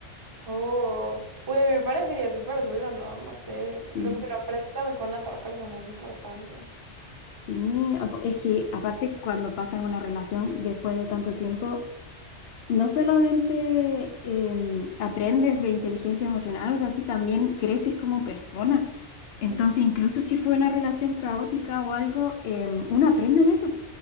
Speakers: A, on the right; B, on the left.
A: Oh, uy, a mí me parecería súper duro, ¿no? No sé,
B: Sí,
A: lo que uno aprende también con la otra persona es importante.
B: sí, apo- es que aparte cuando pasas una relación después de tanto tiempo, no solamente em, aprendes de inteligencia emocional o algo así, también creces como persona. Entonces,
A: Ujú.
B: incluso si fue una relación caótica o algo, em, uno aprende de eso